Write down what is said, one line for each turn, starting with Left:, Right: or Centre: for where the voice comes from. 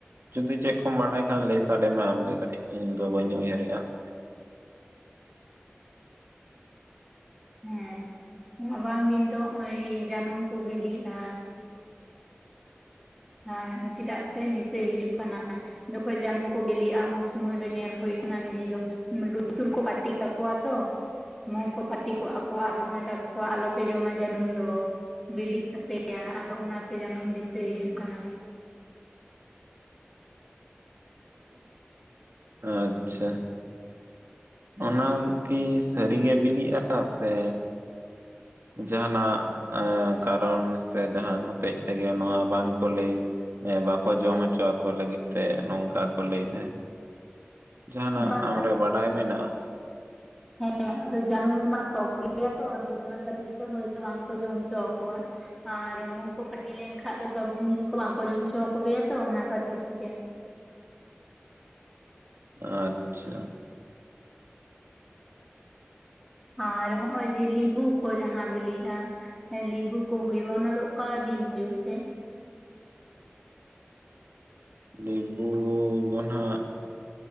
Right: ᱡᱩᱚᱫᱤ ᱪᱮᱫ ᱠᱚᱢ ᱵᱟᱲᱟᱭ ᱠᱷᱟᱱ ᱞᱟᱹᱭ ᱥᱟᱰᱮ ᱢᱮ ᱟᱢᱜᱮ ᱠᱟᱹᱴᱤᱡ? ᱤᱧ ᱫᱚ ᱵᱟᱹᱧ ᱩᱭᱦᱟᱹᱨᱜᱼᱟ ᱾
Centre: ᱦᱮᱸ ᱨᱟᱵᱟᱝ ᱫᱤᱱ ᱫᱚ ᱱᱚᱜ-ᱚᱭ ᱡᱟᱹᱱᱩᱢ ᱠᱚ ᱵᱤᱞᱤᱜᱼᱟ ᱦᱮᱸ ᱪᱮᱫᱟᱜ ᱥᱮ ᱫᱤᱥᱟᱹᱭ ᱦᱤᱡᱩᱜ ᱠᱟᱱᱟ ᱾ ᱡᱚᱠᱷᱚᱱ ᱡᱟᱹᱱᱩᱢ ᱠᱚ ᱵᱤᱞᱤᱜᱼᱟ ᱩᱱ ᱥᱩᱚᱢᱚᱭ ᱫᱚ ᱧᱮᱞ ᱦᱩᱭᱳ ᱟᱠᱟᱱᱟ ᱱᱤᱡᱮ ᱫᱚᱻ ᱞᱩᱛᱩᱨ ᱠᱚ ᱯᱟᱴᱤ ᱠᱟᱠᱚᱣᱟ ᱛᱚᱻ ᱢᱩ ᱠᱚ ᱯᱟᱹᱴᱤ ᱠᱚᱜᱼᱟ ᱠᱚ ᱟᱫᱚ ᱠᱚ ᱢᱮᱛᱟ ᱠᱚᱣᱟ ᱟᱞᱚᱯᱮ ᱡᱚᱢᱟ ᱡᱟᱹᱱᱩᱢ ᱫᱚᱻ ᱵᱤᱞᱤᱜ ᱛᱟᱯᱮᱭᱟ ᱟᱫᱚ ᱚᱱᱟᱛᱮ ᱡᱟᱱᱩᱢ ᱫᱤᱥᱟᱹᱭ ᱦᱤᱡᱩᱜ ᱠᱟᱱᱟ ᱾
Right: ᱟᱪᱷᱟ ᱚᱱᱟ ᱠᱤ ᱥᱟᱹᱨᱤᱜᱮ ᱵᱤᱞᱤᱜᱼᱟ ᱥᱮᱻ ᱡᱟᱦᱟᱱᱟᱜ ᱠᱟᱨᱚᱱ ᱥᱮ ᱡᱟᱦᱟᱱ ᱦᱚᱛᱮᱡ ᱛᱮᱜᱮ ᱱᱚᱣᱟ ᱵᱟᱝᱠᱚ ᱞᱟᱹᱭ᱾ ᱦᱮᱸᱵᱟᱠᱚ ᱡᱚᱢ ᱦᱚᱪᱚ ᱟᱠᱚ ᱞᱟᱹᱜᱤᱫ ᱛᱮ ᱱᱚᱝᱠᱟ ᱠᱚ ᱞᱟᱹᱭ ᱛᱟᱦᱮᱸᱫ ᱾ ᱡᱟᱦᱱᱟᱜ
Centre: ᱵᱟ
Right: ᱟᱢᱨᱮ ᱵᱟᱰᱟᱭ ᱢᱮᱱᱟᱜᱼᱟ ᱾
Centre: ᱦᱮᱸ ᱟᱫᱚ ᱡᱟᱹᱱᱩᱢ ᱢᱟ ᱴᱚᱠ ᱜᱮᱭᱟ ᱛᱚ ᱟᱫᱚ ᱚᱱᱟ ᱠᱷᱟᱹᱛᱤᱨ ᱛᱮ ᱦᱭᱛᱚ ᱵᱟᱝᱠᱚ ᱡᱚᱢ ᱦᱚᱪᱚ ᱟᱠᱚᱣᱟ ᱾ ᱟᱨ ᱢᱩ ᱠᱚ ᱯᱟᱹᱴᱤ ᱞᱮᱱᱠᱷᱟᱱᱡ ᱫᱚ ᱴᱚᱠ ᱡᱤᱱᱤᱥ ᱠᱚ ᱵᱟᱝᱠᱚ ᱡᱚᱢᱪᱚ ᱟᱠ ᱠᱚᱜᱮᱭᱟ ᱛᱚ ᱚᱱᱟ ᱠᱷᱟᱹᱛᱤᱨ ᱛᱮᱻ
Right: ᱟᱪᱪᱷᱟ
Centre: ᱟᱨ ᱦᱚᱸᱜ ᱚᱭ ᱡᱮ ᱞᱤᱵᱩ ᱠᱚ ᱡᱟᱦᱟᱸ ᱵᱤᱞᱤᱜᱼᱟ ᱞᱮᱵᱩ ᱠᱚ ᱦᱳᱭᱳᱜᱼᱟ ᱚᱱᱟ ᱫᱚ ᱚᱠᱟ ᱫᱤᱱ ᱦᱳᱭᱩᱜ ᱛᱮᱻ
Right: ᱞᱮᱵᱩ ᱫᱚ ᱱᱟᱦᱟᱜ